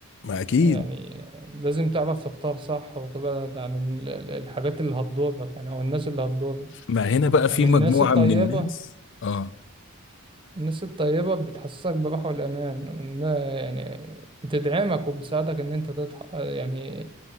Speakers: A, on the left; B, on the right.
A: ما اكيد
B: يعني لازم تعرف تختار صح وتبعد عن ال- ال- الحاجات اللي هتضرك يعني او الناس اللي هتضرك
A: ما هنا بقى
B: يعني
A: في
B: الناس
A: مجموعة
B: الطيبة
A: من الناس اه
B: الناس الطيبة بتحسسك براحة والأمان وإن يعني بتدعمك وبتساعدك إن أنت تضح يعني